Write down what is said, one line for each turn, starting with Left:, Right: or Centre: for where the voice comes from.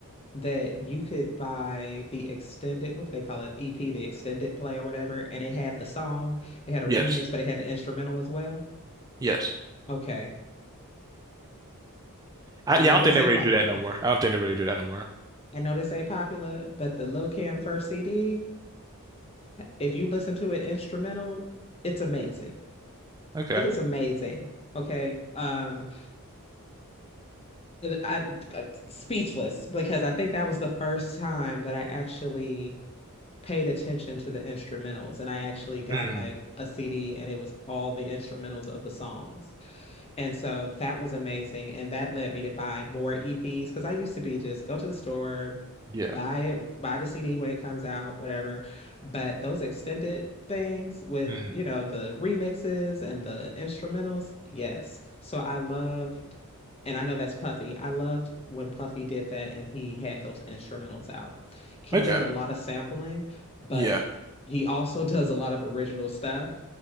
Left: that you could buy the extended, what do they call it? EP, the extended play or whatever, and it had the song, it had a
Right: Yes.
Left: remix, but it had the instrumental as well.
Right: Yes.
Left: Okay.
Right: I,
Left: I know
Right: yeah, I don't
Left: this
Right: think they
Left: ain't
Right: really
Left: popular.
Right: do that no more. I don't think they really do that no more.
Left: I know this ain't popular, but the Lil Kim first CD, if you listen to an instrumental, it's amazing.
Right: Okay.
Left: It is amazing. Okay. Um, I, I- speechless because I think that was the first time that I actually paid attention to the instrumentals and I actually got
Right: Mm.
Left: like a CD and it was all the instrumentals of the songs. And so that was amazing. And that led me to buy more EPs because I used to be just go to the store,
Right: Yeah.
Left: buy it, buy the CD when it comes out, whatever. But those extended things with,
Right: Mm.
Left: you know, the remixes and the instrumentals, yes. So I loved, and I know that's Puffy. I loved when Puffy did that and he had those instrumentals out. He
Right: Okay.
Left: does a lot of sampling, but
Right: Yeah.
Left: he also <laughs> does a lot of original stuff.